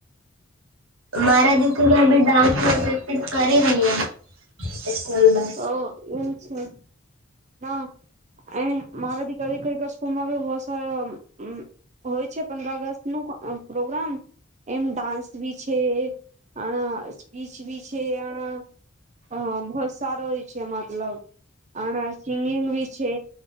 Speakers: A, on the right; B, on the right.
A: મારા દેખને અમે ડાન્સમાં પ્રેક્ટિસ કરી રહીએ સ્કૂલમાં
B: ઓહ એમ છે. ના એ મારા દીકરી કઈ કઈ સ્કૂલમાં બહોત સારા હમ્મ હોય છે પંદર ઓગસ્ટ નું અ પ્રોગ્રામ એમ ડાન્સ બી છે આ સ્પીચ બી છે આળા હ, બહુત સારો હો છે, મતલબ, આના સિંગિંગ બી છે,